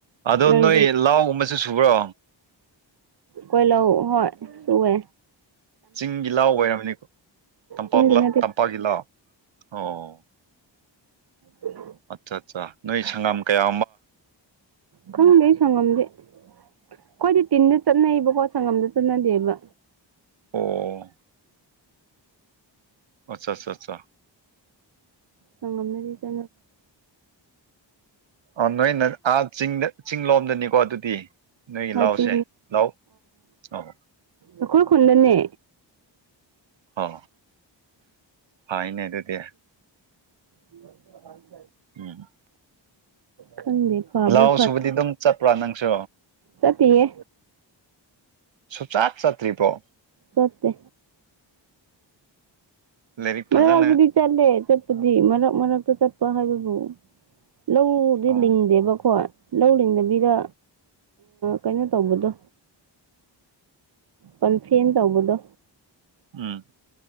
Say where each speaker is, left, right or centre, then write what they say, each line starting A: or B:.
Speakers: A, on the right; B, on the right.
A: ꯑꯗꯣ
B: ꯅꯪ
A: ꯅꯣꯏ ꯂꯥꯎꯒꯨꯝꯕꯁꯨ ꯁꯨꯕ꯭ꯔꯣ
B: ꯀꯣꯏ ꯂ ꯍꯣꯏ ꯁꯋꯦ
A: ꯆꯤꯡꯒꯤ ꯂꯥꯎ ꯑꯣꯏꯔꯝꯅꯤꯀꯣ ꯇꯝꯄꯂ
B: ꯆꯤꯡꯒꯤ ꯅꯠꯇꯦ
A: ꯇꯝꯄꯒꯤꯂ ꯑꯣ
B: ꯎ
A: ꯑꯠꯆꯥ ꯑꯠꯆꯥ ꯅꯣꯏ ꯁꯪꯒꯥꯝ ꯀꯌꯥ
B: ꯈꯪꯗꯦ ꯁꯪꯉꯝꯗꯦ ꯑꯩꯈꯣꯏꯗꯤ ꯇꯤꯟꯗ ꯆꯠꯅꯩꯕꯀꯣ ꯁꯪꯉꯝꯗ ꯆꯠꯅꯗꯦꯕ
A: ꯑꯣ ꯑꯆꯥ ꯑꯆꯥ ꯑꯆꯥ
B: ꯁꯒꯝꯅꯔꯤ ꯆꯦ
A: ꯑ ꯅꯣꯏꯅ ꯑꯥ ꯆꯤꯡꯗ ꯆꯤꯡ ꯂꯣꯝꯗꯅꯤꯀꯣ ꯑꯗꯨꯗꯤ ꯅꯣꯏꯒꯤ
B: ꯍꯆ
A: ꯂꯥꯎꯁꯦ ꯂꯥꯎ ꯑꯧ
B: ꯑꯣꯈꯣꯏ ꯈꯨꯟꯗꯅꯦ
A: ꯍ ꯍꯥꯏꯅꯦ ꯑꯗꯨꯗꯤ
B: ꯎ
A: ꯎꯝ
B: ꯈꯪꯗꯦ ꯐꯕ꯭ꯔꯥ
A: ꯂꯥꯎ ꯁꯨꯕꯗꯤ ꯑꯗꯨꯝ ꯆꯠꯄ꯭ꯔꯥ ꯅꯪꯁꯨ
B: ꯆꯇꯤꯦ
A: ꯁꯨꯆꯥꯠ ꯆꯇ꯭ꯔꯤꯄꯣ
B: ꯁꯁꯦ
A: ꯂꯥꯏꯔꯤꯛ
B: ꯃꯔꯛꯇꯨꯗꯤ
A: ꯐꯖꯅ
B: ꯆꯠꯂꯦ ꯆꯠꯄꯗꯤ ꯃꯔꯛ ꯃꯔꯛꯇ ꯆꯠꯄ ꯍꯥꯏꯕꯕꯨ ꯂꯧꯗꯤ
A: ꯑꯣ
B: ꯂꯤꯡꯗꯦꯕꯀꯣ ꯂꯧ ꯂꯤꯡꯗꯕꯤꯗ ꯀꯩꯅꯣ ꯇꯧꯕꯗꯣ ꯄꯟꯐꯅ ꯇꯧꯕꯗꯣ
A: ꯎꯝ